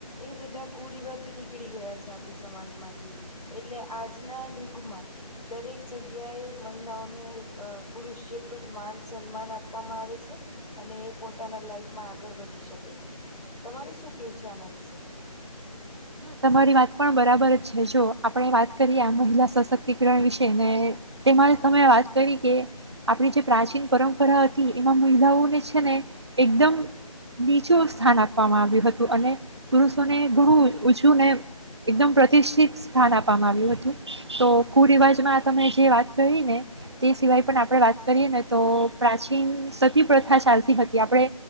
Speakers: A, on the left (about 85°); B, on the right (about 45°).
A: એ બધા કુરિવાજો નીકળી ગયા છે આપણી સમાજમાંથી એટલે આજના યુગમાં દરેક જગ્યાએ મહિલાઓને અ પુરુષ જેટલું જ માન સન્માન આપવામાં આવે છે. અને એ પોતાના લાઈફમાં આગળ વધી શકે છે તમારું શું કેવું છે આના વિશે?
B: હ તમારી વાત પણ બરાબર જ છે જો આપણે વાત કરીએ આ મહિલા સશક્તિકરણ વિશે ને તેમાં તમે વાત કરી કે આપણી જે પ્રાચીન પરં પરા હતી એમાં મહિલાઓ. છે ને એકદમ નીચું સ્થાન આપવામાં આવ્યું હતું અને પુરુષોને ગુરુ ઉંચુ ને એકદમ પ્રતિષ્ઠિત સ્થાન આપવામાં આવ્યું હતું તો કુરિવાજમાં તમે જે વાત કરી ને તે સિવાય પણ આપણે વાત કરીએ ને તો પ્રાચીન સતી પ્રથા ચાલતી હતી આપણે